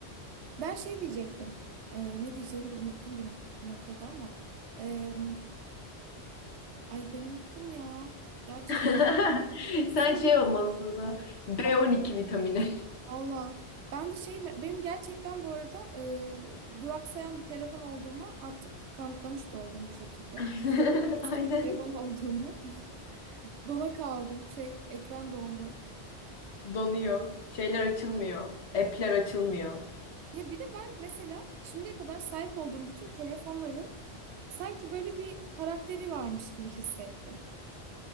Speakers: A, on the right; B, on the left.
A: Ben şey diyecektim. Ee, ne diyeceğimi de unuttum bir, nak- bir noktada ama. Ee, ay ben unuttum ya. Gerçekten.
B: <laughs>
A: Kesinlikle
B: Sen
A: söylerim
B: şey olmalısın o zaman.
A: ben.
B: B12 vitamini.
A: Valla. Ben de şey benim gerçekten bu arada e, duraksayan bir telefon olduğuma artık kanıtlamış da oldum bu şekilde.
B: <laughs>
A: Eski
B: Aynen.
A: bir telefon olduğumu. <laughs> Dona kaldım şey ekran dondu.
B: Donuyor. Şeyler açılmıyor. App'ler açılmıyor.
A: Ya bir de ben mesela şimdiye kadar sahip olduğum bütün telefonların sanki böyle bir karakteri varmış gibi hissettim.